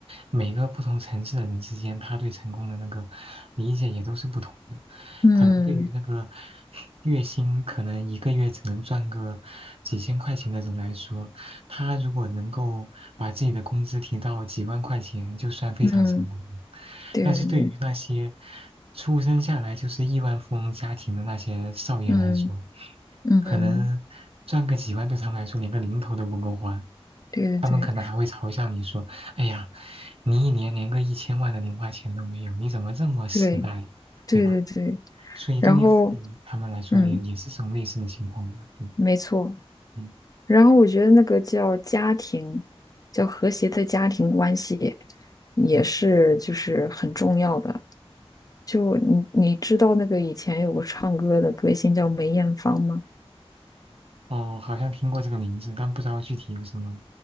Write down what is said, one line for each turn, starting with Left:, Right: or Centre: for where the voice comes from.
Right: 每个不同层次的人之间，他对成功的那个理解也都是不同的。
Left: 嗯
Right: 可能对于那个 <laughs> 月薪可能一个月只能赚个几千块钱的人来说，他如果能够把自己的工资提到几万块钱，就算非常成功了。
Left: 嗯，对对对，
Right: 但是对于那些出生下来就是亿万富翁家庭的那些少爷来说，
Left: 嗯嗯，
Right: 可能赚个几万对他们来说连个零头都不够花，
Left: 对对对
Right: 可能还会嘲笑你说：“哎呀，你一年连个一千万的零花钱都没有，你怎么这么失败？”对吧？
Left: 对对对对，
Right: 所以对于父母他们来说也也是这种类似的情况吧。
Left: 然后嗯，
Right: 对，
Left: 没错。
Right: 嗯
Left: 然后我觉得那个叫家庭，叫和谐的家庭关系，也是就是很重要的。
Right: 嗯，
Left: 就你你知道那个以前有个唱歌的歌星叫梅艳芳吗？
Right: 哦，好像听过这个名字，但不知道具体有什么。